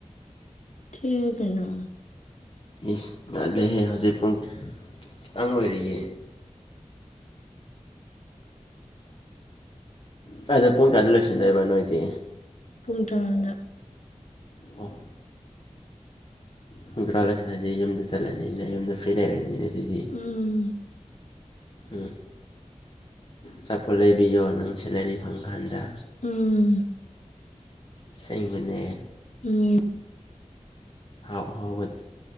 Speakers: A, on the left (about 80°); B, on the left (about 45°).
A: ꯊꯦꯡꯉꯦ ꯀꯩꯅꯣ
B: ꯏꯁ ꯉꯜꯂꯦꯍꯦ ꯍꯧꯖꯤꯛ ꯄꯨꯡ ꯇꯪ ꯑꯣꯏꯔꯤꯌꯦ ꯀꯥꯏꯗ ꯄꯨꯡ ꯀꯌꯥꯗ ꯂꯣꯏꯁꯟꯗꯣꯏꯕ ꯅꯣꯏꯗꯤ
A: ꯄꯨꯡ ꯇꯔꯥꯗ
B: ꯑꯣ ꯄꯨꯡ ꯇꯔꯥ ꯂꯣꯏꯁꯜꯂꯗꯤ ꯌꯨꯝꯗ ꯆꯠꯂꯅꯤꯅꯦ ꯌꯨꯝꯗ ꯐ꯭ꯔꯤ ꯂꯩꯔꯅꯤꯅꯦ ꯑꯗꯨꯗꯤ
A: ꯎꯝ
B: ꯎꯝ ꯆꯥꯄꯣꯠ ꯂꯩꯕꯤꯌꯣ ꯅꯪ ꯁꯦꯂꯔꯤ ꯐꯪꯀꯥꯟꯗ
A: ꯎꯝ
B: ꯑꯁꯦꯡꯕꯅꯦ
A: ꯎꯝ
B: ꯑꯍꯥꯎ ꯑꯍꯥꯎꯕ